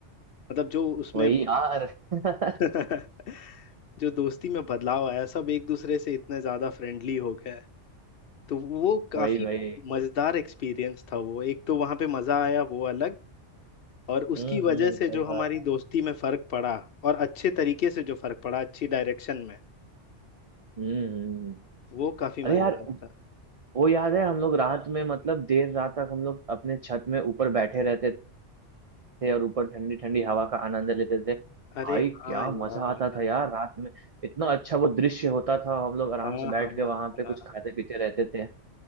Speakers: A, on the left; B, on the right.
A: मतलब जो उसमें
B: वही यार <laughs>
A: <laughs> जो दोस्ती में बदलाव आया सब एक दूसरे से इतने ज्यादा फ्रेंडली हो गए तो वो काफी
B: वही वही
A: मजेदार एक्सपीरियंस था वो एक तो वहां पे मजा आया वो अलग और उसकी
B: हम्म
A: वजह
B: हम्म
A: से
B: सही
A: जो हमारी
B: बात है
A: दोस्ती में फर्क पड़ा और अच्छे तरीके से जो फर्क पड़ा अच्छी डायरेक्शन में
B: हम्म हम्म, हम्म।
A: वो काफी मजेदार
B: अरे यार
A: था
B: वो याद है हम लोग रात में मतलब देर रात तक हम लोग अपने छत में ऊपर बैठे रहते थे और ऊपर ठंडी ठंडी हवा का आनंद लेते थे
A: अरे
B: भाई
A: हाँ
B: क्या
A: यार
B: मजा आता था यार रात में इतना अच्छा वो दृश्य होता था हम लोग आराम
A: हाँ
B: से बैठ
A: हाँ
B: के वहां पे कुछ
A: हाँ
B: खाते पीते रहते थे